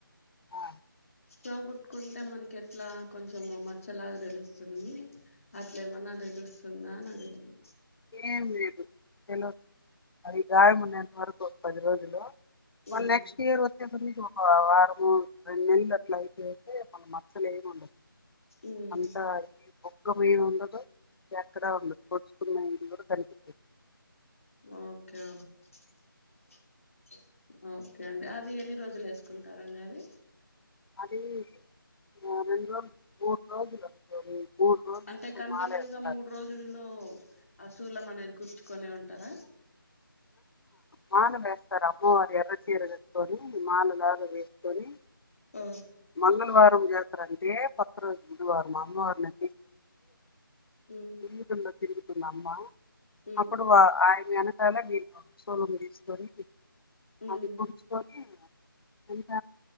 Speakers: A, on the left; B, on the left.
A: ఆ,
B: చెవు కుట్టుకుంటే మనకి ఎట్లా కొంచెం మ చ్చలాగా తెలుస్తుంది అట్లే ఏమన్నా తెలుస్తుందా అని అడిగాను.
A: ఏమ్ లేదు చాలో అది గాయం వున్నంత వరకు పది రోజులు వాడ్
B: ఉమ్
A: నెక్స్ట్ ఇయర్ వచ్చెతే ఓ వారమ అట్లా అయితే అయితే మ మచ్చలు ఏమ్ ఉండవు.
B: ఉమ్
A: అంతాది మీద్ ఉండదు ఎక్కడా ఉండదు. నేను కూడా కనిపి
B: ఆ ఓకేఓకే అండి అది ఎన్ని రోజులు వేసుకుంటారండి అది
A: అది ఆ, రెండు రోజులు మూడు రోజులు మూడు రోజులు
B: అంటే కంటిన్యూగా
A: మాలేస్తారు
B: మూడు రోజుల్లో అసూలం అనేది గుచు కొనే ఉంటరా
A: మాల వేస్తారు అమ్మవారి ఎర్ర చీర కట్టుకొని మాలలాగా వేసుకొని
B: ఆ
A: మంగళవారం జాతర అంటే పక్క రోజు బుధవారం అమామ్మవారిని
B: ఉమ్
A: వీధుల్లో తిరుగుతుంది అమ్మ
B: ఉమ్
A: అప్పుడు వా ఆయన అలాగే సూలం గుచ్
B: ఉమ్
A: అది దోచుకొని ఎంత